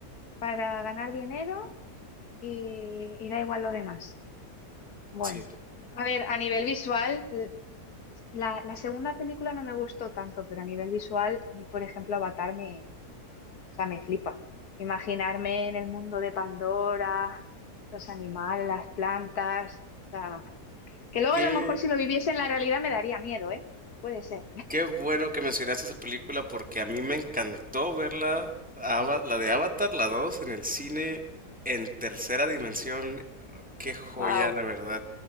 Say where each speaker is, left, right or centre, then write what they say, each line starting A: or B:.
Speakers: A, on the left; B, in the centre.
A: para ganar dinero y, y da igual lo demás. Bueno,
B: Sí.
A: a ver, a nivel visual, eh, la, la segunda película no me gustó tanto, pero a nivel visual, a mí, por ejemplo, Avatar me, o sea, me flipa. Imaginarme en el mundo de Pandora, los animales, las plantas, o sea, que luego
B: Qué,
A: a lo mejor si lo viviese en la realidad me daría miedo, ¿eh? Puede ser.
B: qué bueno que mencionaste esa película porque a mí me encantó verla, Ava- la de Avatar, la dos en el cine en tercera dimensión. Qué joya,
A: Wow.
B: la verdad.